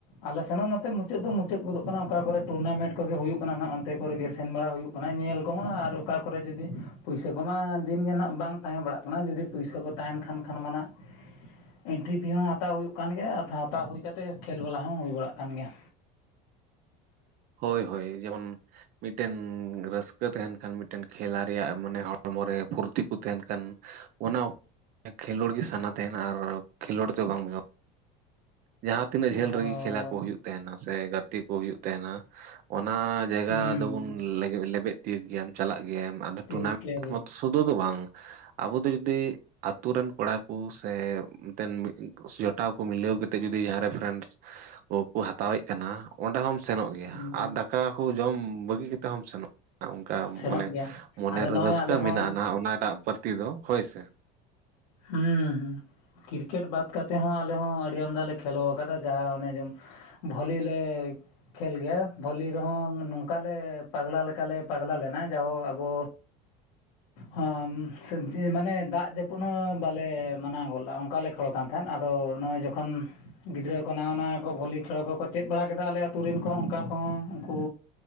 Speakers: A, on the left; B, on the right.
A: ᱟᱞᱮ ᱥᱮᱱᱚᱜ ᱱᱚᱛᱮ ᱢᱩᱪᱟᱹᱫ ᱫᱚ ᱢᱩᱪᱟᱹᱫ ᱜᱚᱫᱚᱜ ᱠᱟᱱᱟ ᱚᱠᱟ ᱠᱚᱨᱮ ᱴᱩᱨᱱᱟᱢᱮᱱᱴ ᱠᱚ ᱜᱮ ᱦᱩᱭᱩᱜ ᱠᱟᱱᱟ ᱱᱟᱜ ᱚᱱᱛᱮ ᱠᱚᱨᱮᱜ ᱜᱮ ᱥᱮᱱ ᱵᱟᱲᱟ ᱦᱩᱭᱩᱜ ᱚᱱᱟ ᱧᱮᱞ ᱠᱚ ᱦᱚᱸ ᱟᱨ ᱚᱠᱟ ᱠᱚᱨᱮ ᱡᱩᱫᱤ ᱯᱩᱭᱥᱟᱹ ᱠᱚᱢᱟ ᱫᱤᱱ ᱜᱮ ᱦᱟᱸᱜ ᱵᱟᱝ ᱛᱟᱦᱮᱸ ᱵᱟᱲᱟᱜ ᱠᱟᱱᱟ ᱡᱩᱫᱤ ᱯᱚᱭᱥᱟᱹ ᱠᱚ ᱛᱟᱦᱮᱱ ᱠᱷᱟᱱ ᱠᱷᱟᱱ ᱢᱟᱱᱟᱸᱜ ᱮᱱᱴᱨᱤ ᱯᱷᱤ ᱦᱚᱸ ᱦᱟᱛᱟᱣ ᱦᱩᱭᱩᱜ ᱠᱟᱱ ᱜᱮᱭᱟ ᱦᱟᱛᱟᱣ ᱦᱩᱭ ᱠᱟᱛᱮᱫ ᱠᱷᱮᱹᱞ ᱵᱟᱞᱟ ᱦᱚᱸ ᱦᱩᱭ ᱵᱟᱲᱟᱜ ᱠᱟᱱ ᱜᱮᱭᱟ
B: ᱦᱳᱭ ᱦᱳᱭ ᱡᱮᱢᱚᱱ ᱢᱤᱫᱴᱮᱱ ᱨᱟᱹᱥᱠᱟᱹ ᱛᱟᱦᱮᱱ ᱠᱷᱟᱱ ᱢᱤᱫᱴᱮᱱ ᱠᱷᱮᱞᱟ ᱨᱮᱭᱟᱜ ᱢᱟᱱᱮ ᱦᱚᱲᱢᱚ ᱨᱮ ᱯᱷᱩᱨᱛᱤ ᱠᱚ ᱛᱟᱦᱮᱱ ᱠᱷᱟᱱ ᱚᱱᱟ ᱠᱷᱮᱞᱳᱰ ᱜᱮ ᱥᱟᱱᱟ ᱛᱟᱦᱮᱱᱟ ᱟᱨ ᱠᱷᱮᱞᱳᱰ ᱫᱚ ᱵᱟᱝ <inaudible> ᱡᱟᱦᱟᱸ ᱛᱤᱱᱟᱹᱜ
A: ᱦᱳᱭ
B: ᱡᱷᱟᱹᱞ ᱨᱮᱜᱮ ᱠᱷᱮᱞᱟ ᱠᱚ ᱦᱩᱭᱩᱜ ᱛᱟᱦᱮᱱᱟ ᱥᱮ ᱜᱟᱛᱮ ᱠᱚ ᱦᱩᱭᱩᱜ ᱛᱟᱦᱮᱱᱟ ᱚᱱᱟ ᱡᱟᱭᱜᱟ
A: ᱦᱩᱸ
B: ᱫᱚᱵᱩᱱ ᱞᱮ ᱞᱮᱵᱮᱫ ᱛᱤᱭᱳᱜ ᱜᱮᱟᱢ ᱪᱟᱞᱟᱜ ᱜᱮᱭᱟᱢ ᱟᱫᱚ
A: ᱴᱷᱤᱠ
B: ᱴᱩᱨᱱᱟᱢᱮᱱᱴ
A: ᱜᱮᱭᱟ ᱜᱮ
B: ᱢᱚᱛᱚ ᱥᱩᱫᱷᱩ ᱫᱚ ᱵᱟᱝ ᱟᱵᱚ ᱫᱚ ᱡᱩᱫᱤ ᱟᱛᱳ ᱨᱮᱱ ᱠᱚᱲᱟ ᱠᱚ ᱥᱮ ᱚᱱᱛᱮᱱ ᱡᱚᱴᱟᱣ ᱠᱚ ᱢᱤᱞᱟᱹᱣ ᱠᱟᱛᱮᱫ ᱡᱩᱫᱤ ᱡᱟᱦᱟᱸ ᱨᱮ ᱯᱷᱨᱮᱱᱰᱥ ᱠᱚᱠᱚ ᱦᱟᱛᱟᱣᱮᱫ ᱠᱟᱱᱟ ᱚᱸᱰᱮ ᱦᱚᱸ ᱥᱮᱱᱚᱜ ᱜᱮᱭᱟ
A: ᱦᱩᱸ
B: ᱟᱨ ᱫᱟᱠᱟ ᱠᱚ ᱡᱚᱢ ᱵᱟᱹᱜᱤ ᱠᱟᱛᱮᱜ ᱦᱚᱸ ᱥᱮᱱᱚᱜ ᱚᱱᱠᱟ ᱢᱟᱱᱮ
A: ᱥᱮᱱᱚᱜ ᱜᱮᱭᱟ
B: ᱢᱚᱱᱮᱨᱮ
A: ᱟᱫᱚ ᱱᱚᱜᱼᱚᱭ
B: ᱨᱟᱹᱥᱠᱟᱹ
A: ᱟᱞᱮ
B: ᱢᱮᱱᱟᱜ-ᱟ
A: ᱦᱚᱸ
B: ᱱᱟᱜ ᱚᱱᱟ ᱴᱟᱜ ᱯᱟᱹᱨᱛᱤ ᱫᱚ ᱦᱳᱭ ᱥᱮ
A: ᱦᱮᱸ ᱦᱮᱸ ᱠᱨᱤᱠᱮᱴ ᱵᱟᱫ ᱠᱟᱛᱮᱫ ᱦᱚᱸ ᱟᱞᱮ ᱦᱚᱸ ᱟᱹᱰᱤ ᱟᱢᱫᱟ ᱞᱮ ᱠᱷᱮᱞᱳ ᱟᱠᱟᱫᱟ ᱡᱟᱦᱟᱸ ᱚᱱᱮ ᱡᱮᱢ ᱵᱷᱚᱞᱤ ᱞᱮ ᱠᱷᱮᱞ ᱜᱮᱭᱟ ᱵᱷᱚᱞᱤ ᱨᱮᱦᱚᱸ ᱱᱚᱝᱠᱟᱞᱮ ᱯᱟᱜᱽᱞᱟ ᱞᱮᱠᱟᱞᱮ ᱯᱟᱜᱽᱞᱟ ᱞᱮᱱᱟ ᱡᱟᱣᱚ ᱟᱵᱚ ᱦᱚᱸ ᱥᱚᱵ ᱡᱮᱭᱮ ᱢᱟᱱᱮ ᱫᱟᱜ ᱡᱟᱹᱯᱩᱫ ᱦᱚᱸ ᱵᱟᱞᱮ ᱢᱟᱱᱟᱣ ᱜᱚᱫ ᱞᱮᱜ-ᱟ ᱚᱱᱠᱟ ᱞᱮᱠᱟ ᱠᱷᱮᱲᱚ ᱠᱟᱱ ᱛᱟᱦᱮᱸᱫ ᱟᱫᱚ ᱱᱚᱜᱼᱚᱭ ᱡᱚᱠᱷᱚᱱ ᱜᱤᱫᱽᱨᱟᱹ ᱠᱚ ᱱᱟᱣᱟ ᱱᱟᱣᱟ ᱠᱚ ᱵᱷᱚᱞᱤ ᱠᱷᱮᱞᱳ ᱠᱚᱠᱚ ᱪᱮᱫ ᱵᱟᱲᱟ ᱠᱮᱫᱟ ᱟᱞᱮ ᱟᱹᱛᱩ ᱨᱮᱱ ᱠᱚ ᱚᱱᱠᱟ ᱠᱚᱦᱚᱸ ᱩᱱᱠᱩ